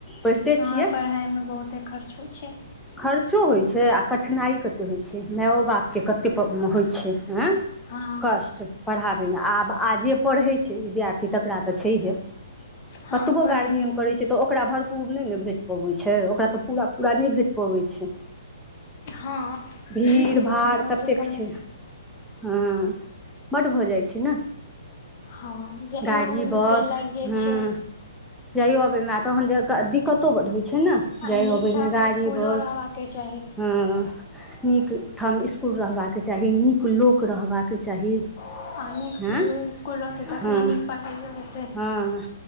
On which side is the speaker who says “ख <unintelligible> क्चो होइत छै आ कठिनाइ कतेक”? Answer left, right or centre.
Centre